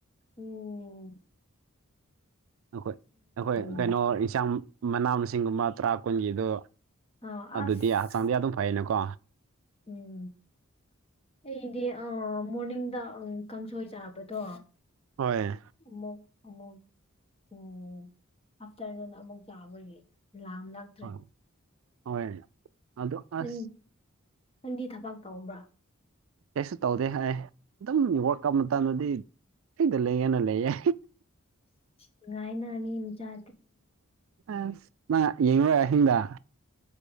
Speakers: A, on the left; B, on the right.
A: ꯎꯝ
B: ꯑꯩꯈꯣꯏ ꯑꯩꯈꯣꯏ
A: ꯎꯝ
B: ꯀꯩꯅꯣ ꯏꯟꯁꯥꯡ ꯃꯅꯥ ꯃꯁꯤꯡꯒꯨꯝꯕ ꯇ꯭ꯔꯥ ꯀꯨꯟꯒꯤꯗꯣ
A: ꯑꯥ
B: ꯑꯗꯨꯗꯤ
A: ꯑꯁ
B: ꯍꯛꯆꯥꯡꯗꯤ ꯑꯗꯨꯝ ꯐꯩꯌꯦꯅꯀꯣ
A: ꯎꯝ ꯑꯩꯗꯤ ꯑ ꯃꯣꯔꯅꯤꯡꯗ ꯑꯪ ꯀꯥꯡꯁꯣꯏ ꯆꯥꯕꯗꯣ
B: ꯍꯣꯏ
A: ꯎꯃꯛ ꯑꯃꯛ ꯎꯝ ꯑꯥꯐꯇꯔꯅꯨꯟ ꯑꯃꯨꯛ ꯆꯥꯕꯒꯤ ꯂꯥꯝꯂꯛ
B: ꯍ ꯍꯣꯏ ꯑꯗꯣ ꯑꯁ
A: ꯅꯪ ꯅꯪꯗꯤ ꯊꯕꯛ ꯇꯧꯕ꯭ꯔꯥ
B: ꯀꯩꯁꯨ ꯇꯧꯗꯦ ꯑꯩ ꯑꯗꯨꯝ ꯋꯛ ꯀꯞ ꯃꯇꯝꯗꯗꯤ ꯐꯤꯔꯗ ꯂꯩꯑꯦꯅ ꯂꯩꯌꯦ
A: ꯅꯨꯡꯉꯥꯏꯅ ꯃꯤ ꯃꯆꯥ
B: ꯑꯁ ꯅꯪ ꯌꯦꯡꯉꯔꯣꯏ ꯑꯍꯤꯡꯗ